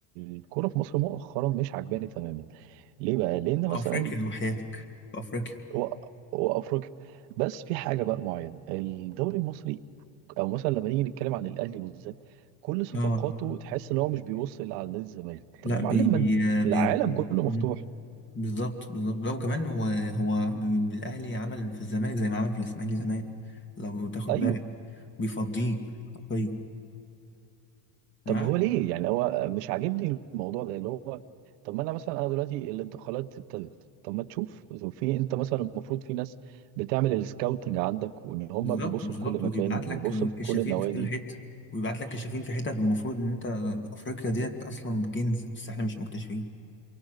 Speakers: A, on the right; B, on the left.
A: الكوره في مصر مؤخرا مش عجباني تماما ليه بقى لان مثلا
B: في أفريقيا وحياتك في أفريقيا
A: و- وافريقيا بس في حاجه بقى معينه الدوري المصري او مثلا لما نيجي نتكلم عن الاهلي بالذات كل صفقاته
B: اه
A: تحس ان هو مش بيوصل على نادي الزمالك
B: لا
A: تمام معلم
B: بي بي,
A: ما
B: بي
A: العالم كله مفتوح
B: مم. بالظبط بالظبط لا وكمان هو هو بي- الاهلي عمل في الزمالك زي ما عمل في الاسماعيلي زمان لو تاخد
A: ايوه
B: بالك بيفضيه حرفيا
A: طب
B: ها
A: هو ليه يعني هو مش عاجبني الموضوع ده اللي هو طب ما انا مثلا انا دلوقتي الانتقالات ابتدت طب ما تشوف في انت مثلا المفروض في ناس بتعمل السكاوتنج عندك وان هم
B: بالظبط
A: بيبصوا
B: بالظبط
A: في كل مكان
B: ويبعت
A: ويبصوا
B: لك
A: في
B: كشافين
A: كل النوادي
B: في كل حته ويبعت لك كشافين في حتت المفروض ان انت افريقيا ديت اصلا كنز بس احنا مش مكتشفين